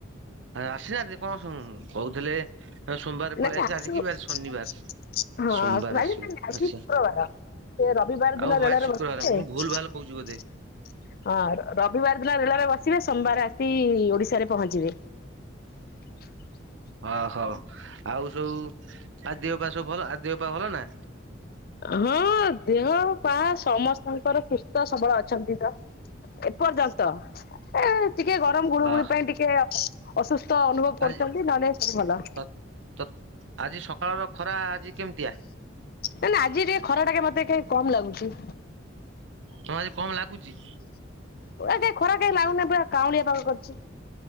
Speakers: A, on the right; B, on the left.
A: ଆସିନାହାନ୍ତି କଣ କହୁଥିଲେ ସୋମବାର ପଳେଇ
B: ନ
A: ଆସିବେ
B: ଆଶିବ
A: ଆଜି କି ବାର ଶନିବାର।
B: <inaudible> ହଁ
A: ସୋମବାର
B: ଆଜି
A: ଆସିବେ ଆଚ୍ଛା
B: ଶୁକ୍ରବାର। ସେ ରବିବାର
A: ଆଉ
B: ଦିନ
A: ହଉ
B: ମେଳରେ
A: ଆଜି ଶୁକ୍ରବାର
B: ବର୍ତି
A: ମୁଁ ଭୁଲ ଭାଲ କହୁଛି ବୋଧେ
B: <inaudible> ହଁ। ରବିବାର ଦିନ ରେଳରେ ବସିବେ ସୋମବାର ଆସି ଓଡିଶାରେ ପହଞ୍ଚିବେ। <inaudible>
A: ଓହଉ ଆଉ ସବୁ ଦିଅ ପା ସବୁ ଭଲ ଆ ଦିଆପା ଭଲ ନା।
B: ହଁ ଦେହଉ ପା ସମସ୍ତଙ୍କର ସୁସ୍ଥ ସବଳ ଅଛି। ଛନ୍ତି ତ ଏପର୍ଯ୍ୟନ୍ତ ଏ ଟିକେ ଗରମ ଗୁଳୁ
A: ଅ
B: ଗୁଳି ପାଇଁ ଟିକେ ଅସୁସ୍ଥ ଅନୁଭବ
A: ଆଜି
B: କରୁଛନ୍ତି ନଲେ ସବୁ ଭଲ।
A: ତ ତ ଆଜି ସକାଳର ଖରା ଆଜି କେମିତିଆ?
B: ନା ନା ଆଜି କାଇଁ ଖରା ଟା ମତେ କେ କମ ଲାଗୁଛି।
A: ହଁ ଆଜି କମ୍ ଲାଗୁଛି।
B: ପୁରା କାଇଁ ଖରା କେହି ଲାଗୁନି ପୁରା କାଉଁଳିଆ ପାାଗ କରିଛି।